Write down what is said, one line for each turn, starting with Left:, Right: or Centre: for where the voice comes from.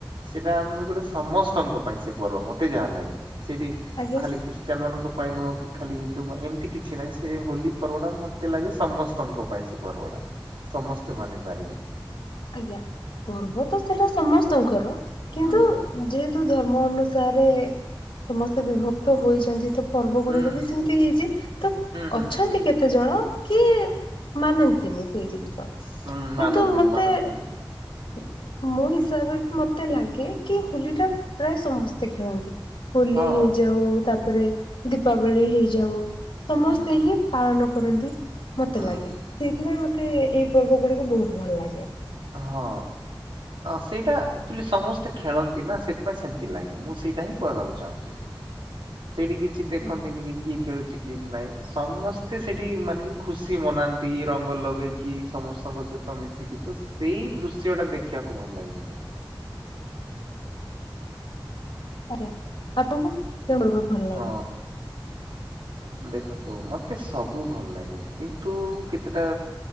Right: ସେଇଟା ଆମକୁ ଗୋଟେ ସମସ୍ତଙ୍କ ପାଇଁ ସେ ପର୍ବ ମତେ ଯାହା ଲାଗେ। ସେଇଠି
Left: ଆଜ୍ଞା
Right: ଖାଲି ଖ୍ରୀଷ୍ଟିୟାନମାନଙ୍କୁ ପାଇଁ ନୁହଁ କି, ଖାଲି ହିନ୍ଦୁ ପାଇଁ, ଏମତି କିଛି ନାହିଁ। ସେ ହୋଲି ପର୍ବଟା ମତେ ଲାଗେ ସମସ୍ତଙ୍କ ପାଇଁ ସେ ପର୍ବଟା। ସମସ୍ତେ ମାନିପାରିବେ।
Left: ଆଜ୍ଞା। ପର୍ବ ତ ସେଇଟା ସମସ୍ତଙ୍କର, କିନ୍ତୁ
Right: ହୁଁ ହୁଁ
Left: ଯେହେ ତୁ ଧର୍ମ ଅନୁସାରେ ସମସ୍ତେ ବିଭକ୍ତ ହୋଇଛନ୍ତି, ତ ପର୍ବ ଗୁଡିକ
Right: ହୁଁ
Left: ବି ସେମତି ହେଇଛି, ତ
Right: ହୁଁ
Left: ଅଛନ୍ତି
Right: ହୁଁ
Left: କେ କେତେଜଣ କି, ମାନନ୍ତିନି ସେଇ ଜିନିଷ।
Right: ହୁଁ।
Left: କିନ୍ତୁ
Right: ମାନନ୍ତିନି,
Left: ମତେ
Right: ମାନନ୍ତିନି।
Left: <inaudible> ମୋ ହିସାବରେ କି ମତେ ଲାଗେ, କି ହୋଲିଟା ପ୍ରାୟ ସମସ୍ତେ ଖେଳନ୍ତି। ହୋଲି
Right: ହଁ
Left: ହେଇଯାଉ, ତାପରେ ଦୀପାବଳି ହେଇଯାଉ ସମସ୍ତେ
Right: ହୁଁ ହୁଁ
Left: ହିଁ
Right: ହୁଁ
Left: ପାଳନ କରନ୍ତି, ମତେ
Right: ହୁଁ
Left: ଲାଗେ। ସେଇଥିପାଇଁ ମତେ ଏଇ ପର୍ବଗୁଡିକୁ ବହୁତ ଭଲ ଲାଗେ।
Right: ହଁ। ସେଇଟା ଆକ୍ଚୁଆଲି ସମସ୍ତେ ଖେଳନ୍ତି ନା, ସେଥିପାଇଁ ସେମତି ଲାଗେ। ମୁଁ ସେଇଟା ହିଁ କହିବାକୁ ଚାହୁଁଛି।
Left: <inaudible>
Right: ସେଇଠି କିଛି ଦେଖନ୍ତିନି
Left: ଆଜ୍ଞା
Right: କି କିଏ ଖେଳୁଛି କିଏ ନାହିଁ। ସମସ୍ତେ ସେଇଠି ମାନେ ଖୁସି ମନାନ୍ତି ରଙ୍ଗ ଲଗେଇକି ସମସ୍ତଙ୍କ ସହିତ ମିଶିକି ତ ସେଇ ଦୃଶ୍ୟ ଟା ଦେଖିବାକୁ ଭଲ ଲାଗେ ମତେ।
Left: ଆଜ୍ଞା ଆପଣଙ୍କୁ କେଉଁ ପର୍ବ ଭଲ
Right: ହଁ।
Left: ଲାଗେ
Right: ଦେଖନ୍ତୁ ମତେ ସବୁ ଭଲ ଲାଗେ କିନ୍ତୁ କେତେଟା